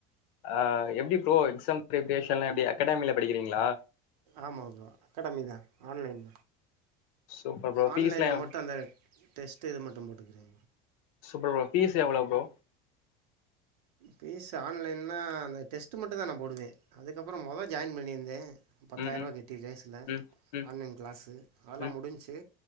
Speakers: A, on the left; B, on the right.
A: அ எப்பிடி ப்ரோ எக்ஸாம் பிரெப்ரேஷன்லா எப்டி அகாடமில படிக்கிறீங்களா
B: ஆமா ப்ரோ அகடமிதா ஆன்லைன்
A: சூப்பர் ப்ரோ. ஃபீஸ்லாம்
B: ஆன்லைன்ல மட்டு அந்த டெஸ்ட்டு இது மட்டு போட்டுக்கிறே
A: சூப்பர் ப்ரோ பீஸ் எவ்ளோ ப்ரோ
B: பீஸ் ஆன்லைன்னா அந்த டெஸ்ட் மட்டுதா நா போடுவே அதுக்கப்புறோ மொத ஜாயின் பண்ணியிருந்தே பத்தாயிர
A: ம், ம்,
B: ரூபா கட்டி ரேஸ்ல
A: ம், ம்,
B: ஆன்லைன் கிளாஸ்சு அதெல்லா
A: ம்.
B: முடிஞ்ச்சு